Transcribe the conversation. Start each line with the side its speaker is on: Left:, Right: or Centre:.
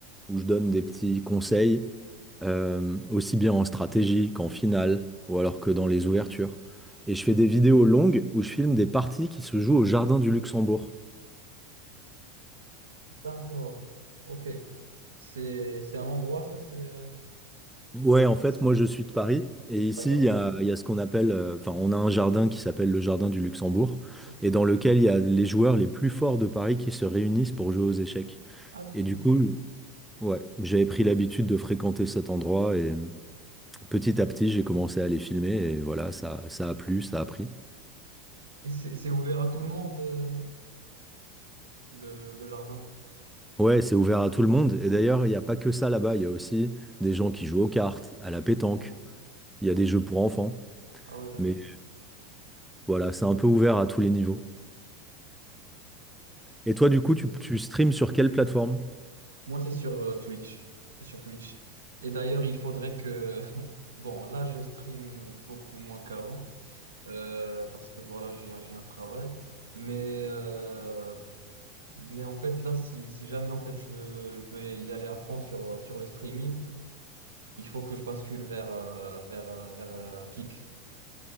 Centre: où je donne des petits conseils euh, aussi bien en stratégie qu'en finale ou alors que dans les ouvertures. Et je fais des vidéos longues où je filme des parties qui se jouent au Jardin du Luxembourg.
Right: D'accord. Ok. C'est, c'est un endroit, ça? C'est, euh,
Centre: Ouais, en fait,
Right: c'est-
Centre: moi je suis de Paris et ici
Right: D'accord.
Centre: il y a, il y a ce qu'on appelle, euh, enfin, on a un jardin qui s'appelle le jardin du Luxembourg
Right: Ok.
Centre: et dans lequel il y a les joueurs les plus forts de Paris qui se réunissent pour jouer aux échecs.
Right: Ah, d'accord.
Centre: Et du coup, ouais, j'avais pris l'habitude de fréquenter cet endroit et petit à petit j'ai commencé à les filmer et voilà, ça, ça a plu, ça a pris.
Right: Et c'est c'est ouvert à tout le monde, euh, le, le jardin?
Centre: Ouais, c'est ouvert à tout le monde et d'ailleurs, il n'y a pas que ça là-bas, il y a aussi des gens qui jouent aux cartes, à la pétanque,
Right: Ouais.
Centre: il y a des jeux pour enfants,
Right: Ah, ouais, d'accord.
Centre: mais voilà, c'est un peu ouvert à tous les niveaux. Et toi, du coup,
Right: Ok.
Centre: tu, tu streams sur quelle plateforme?
Right: Moi, c'est sur euh, Twitch. C'est sur Twitch. Et d'ailleurs, il faudrait que. <laughs> Bon, là, je stream beaucoup moins qu'avant. euh, parce que voilà, j'ai, un- j'ai un travail. Mais, euh, mais en fait, là, si, si jamais en fait, je, je vais y aller à fond sur, sur le streaming, il faut que je bascule vers, euh, vers, euh, vers euh, Kick.